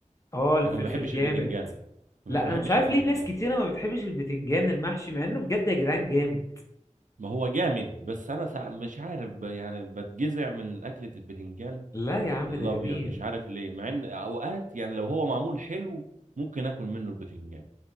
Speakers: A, on the left; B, on the right.
A: اه الفلفل
B: لكن ما بحبش
A: جامد
B: البتنجان ما
A: لا
B: بحب-
A: انا
B: بحبش
A: مش عارف
B: البتنجان
A: ليه ناس كتيرة ما بتحبش البتنجان المحشي مع انه بجد يا جدعان جامد
B: ما هو جامد بس انا سع... مش عارف ب... يعني بتجزع من اكله البتنجان
A: لا يا عم
B: الابيض
A: ده جميل
B: مش عارف ليه مع ان اوقات يعني لو هو معمول حلو ممكن اكل منه البتنجان